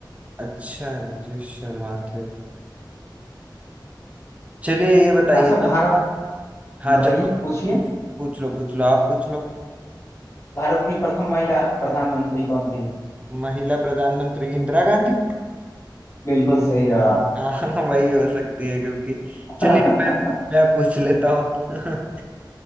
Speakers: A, on the right; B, on the left.
A: अच्छा राजेश शर्मा थे चलिए ये बताइए
B: अच्छा भारत
A: आप हाँ
B: बताइए
A: चलो आप
B: पूछिए
A: पूछ पूछ लो पूछ लो आप पूछ लो
B: भारत की प्रथम महिला प्रधानमंत्री कौन थी
A: महिला प्रधानमंत्री इंदिरा गांधी
B: बिल्कुल सही जवाब
A: हाँ वही हो सकती है क्योंकि चलिए
B: <laughs>
A: मैं मैं पूछ लेता हूँ <laughs>